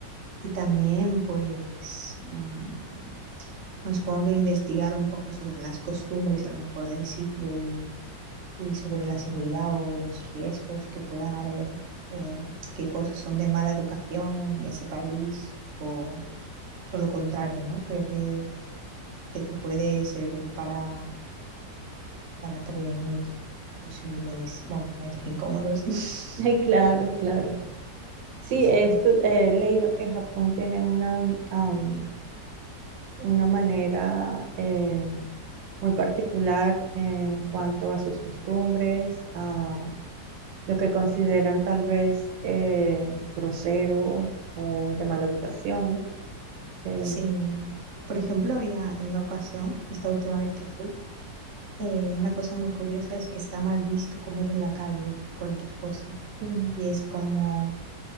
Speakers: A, on the right; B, on the right.
A: Y también, pues, mm, bueno, supongo que investigar un poco sobre las costumbres a lo mejor del sitio y, y sobre la seguridad o los riesgos que puedan haber, eh, qué cosas son de mala educación en ese país o todo lo contrario, ¿no? Creo que, que te puede servir para para prevenir posibles momentos incómodos. <laughs>
B: Ay, Claro, claro. Sí,
A: Sí,
B: he, escu- he leído que Japón tiene una, um, am, una manera eh, muy particular en cuanto a sus costumbres, a lo que consideran tal vez eh, grosero o de mala educación. eh,
A: sí. Por ejemplo, había en una ocasión, esta última vez que fui, eh, una cosa muy curiosa es que está mal visto comer en la calle cualquier cosa.
B: mm.
A: Y es como,